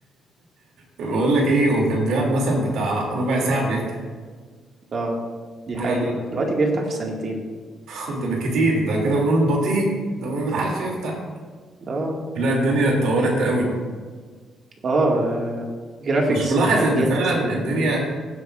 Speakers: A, on the right (about 75°); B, on the right (about 45°).
A: بقول لك ايه وكان بيقعد مثلا بتاع ربع ساعة بيفتح
B: <laughs> اه دي
A: لا
B: حقيقة
A: ده <laughs>
B: دلوقتي بيفتح في ثانيتين
A: ده بالكتير ده كده بنقول بطيء ده ما بيلحقش يفتح
B: اه
A: لا الدنيا اتطورت قوي
B: اه جرافيكس
A: مش ملاحظ
B: بتاعت
A: ان
B: جاتا
A: فعلا
B: زمان
A: الدنيا